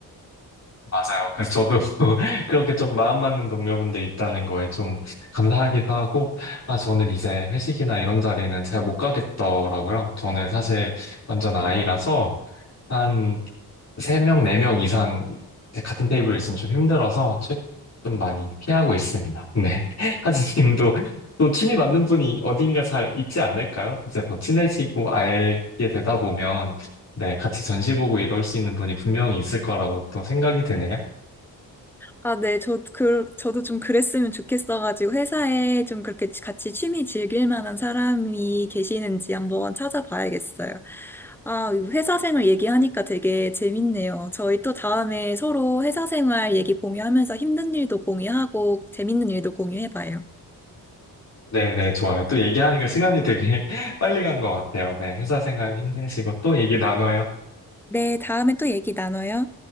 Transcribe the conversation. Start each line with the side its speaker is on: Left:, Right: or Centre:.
Left: 맞아요. 그래서 저도 <laughs> 그렇게 좀 마음 맞는 동료분들 있다는 거에 좀 감사하기도 하고, 아, 저는 이제 회식이나 이런 자리는 잘 못 가겠더라고요. 저는 사실 완전 아이라서 한 3명, 4명 이상 같은 테이블에 있으면 좀 힘들어서 책 좀 많이 피하고 있습니다. 네. <laughs> 하진님도 또 취미 맞는 분이 어딘가 잘 있지 않을까요? 이제 더 친해지고 알게 되다 보면 네, 같이 전시 보고 이럴 수 있는 분이 분명히 있을 거라고 또 생각이 드네요.
Centre: 아, 네, 저, 그, 저도 좀 그랬으면 좋겠어가지고, 회사에 좀 그렇게 같이 취미 즐길 만한 사람이 계시는지 한번 찾아봐야겠어요. 아, 이 회사 생활 얘기하니까 되게 재밌네요. 저희 또 다음에 서로 회사 생활 얘기 공유하면서 힘든 일도 공유하고, 재밌는 일도 공유해봐요.
Left: 네네, 좋아요. 또 얘기하니까 시간이 되게 <laughs> 빨리 간 것 같아요. 네, 회사 생활 힘내시고 또 얘기 나눠요.
Centre: 네, 다음에 또 얘기 나눠요.